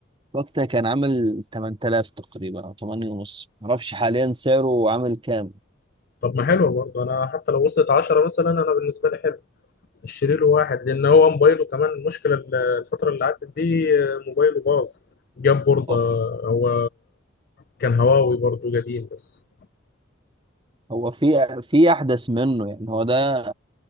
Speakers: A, on the right; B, on the left.
A: وقتها كان عامل 8000 تقريبا او 8 ونص معرفش حاليا سعره عامل كام
B: طب ما حلو برضه انا حتى لو وصلت 10 مثلا انا بالنسبه لي حلو اشتري له واحد لان هو موبايله كمان المشكله ال- الفتره اللي عدت دي موبايله باظ جاب بورده
A: أه،
B: هو كان هواوي برضه قديم بس
A: هو في في احدث منه يعني هو ده